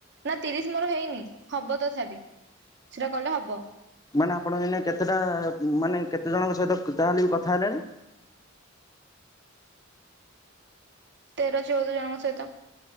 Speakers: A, on the right; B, on the left.
A: ନା ତିରିଶ ମୋର ହେଇନି। ହବ ତଥାବି ସେଟା କଲେ ହବ।
B: ମାନେ ଆପଣ ଏଇନେ କେତେଟା ମାନେ କେତେ ଜଣଙ୍କ ସହିତ କ ଯାହାହେଲେ ବି କଥା ହେଲାଣି?
A: ତେର ଚଉଦ ଜଣଙ୍କ ସହିତ।